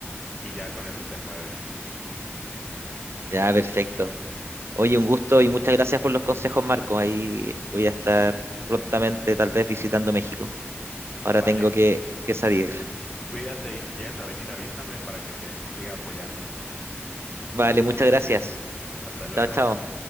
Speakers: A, on the left; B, on the right.
A: y ya con eso te mueves.
B: ya perfecto. Oye, un gusto y muchas gracias por los consejos, Marco. Ahí voy a estar prontamente, tal vez visitando México. Ahora
A: Vale
B: tengo que, que salir.
A: Cuídate y si llegas a venir, avísame para que te siga apoyando.
B: Vale, muchas gracias.
A: Hasta luego.
B: Chao, chao.